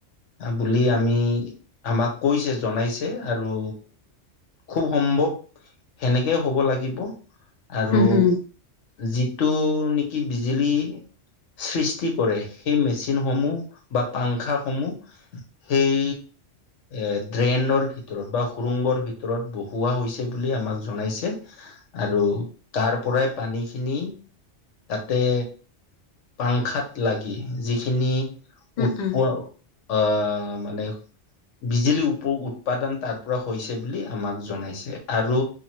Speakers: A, on the left; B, on the left.
A: বুলি আমি আমাক কৈছে জনাইছে আৰু খুব সম্ভৱ সেনেকেই হ'ব লাগিব আৰু
B: হুম হুম
A: যিটো নেকি বিজুলী সৃষ্টি কৰে সেই মেচিনসমূহ বা পাংখা সমূহ সেই এ ড্ৰেন্ডৰ ভিতৰত বা সুুৰংগৰ ভিতৰত বহুৱোৱা হৈছে বুলি আমাক জনাইছে। আৰু তাৰ পৰাই পানী খিনি তাতে পাংখাত লাগি যিখিনি
B: উম
A: উৎপোৱা
B: উম
A: অ মানে বিজুলী উপ উৎপাদন তাৰ পৰা হৈছে বুলি আমাক জনাইছে আৰু